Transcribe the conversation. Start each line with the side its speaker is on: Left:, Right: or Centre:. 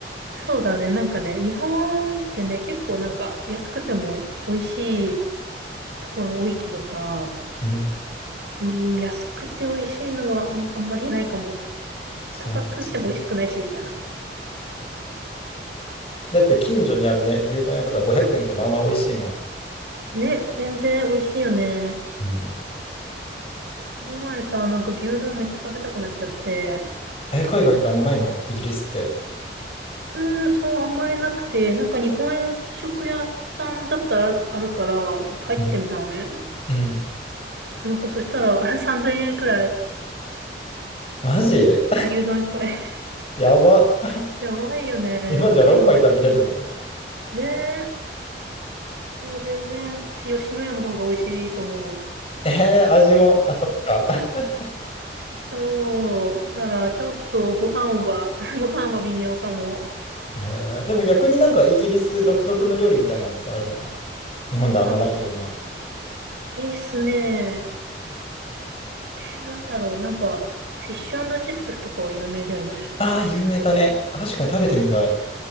Right: そうだね。なんかね、日本ってね、結構なんか安くても美味しいところ多いけどさ、
Left: うん、
Right: うん、安くて美味しいのはうんあんまりないかも。
Left: そうなんですよ。
Right: 高くても美味しくないし、みたいな。
Left: だって、近所にあるね、牛丼屋とか500円でまあまあ美味しいも
Right: ね、全然美味しいよね。
Left: ん。うん。
Right: この前さ、なんか牛丼めっちゃ食べたくなっちゃって。
Left: え、海外ってあんまないのイギリスって。
Right: うーん、そう、あんまりなくて、なんか日本食屋さんだったらあるから、ちょっと入ってみたのね。
Left: うん。うん。
Right: なんかそしたら、<laughs> あれ3000円くらい、
Left: マジ
Right: 牛丼一杯。<laughs>
Left: <laughs> やば。<laughs>
Right: やばいよね。
Left: 日本じゃ6杯食べれるぞ。
Right: しかも、ねえ、もう全然私、吉野家の方が美味しいと思う。
Left: ええー味も、あ、そっか。<laughs>
Right: そう、だからちょっとご飯は、<laughs> ご飯は微妙かも。
Left: えーでも逆になんかイギリス独特の料理みたいなのってあるの日本であんまないような。
Right: あ、いいっすね。え、なんだろう、なんか、フィッシュチップスとかは有名だよね。
Left: ああ、有名だね。あ確かに食べてみたい。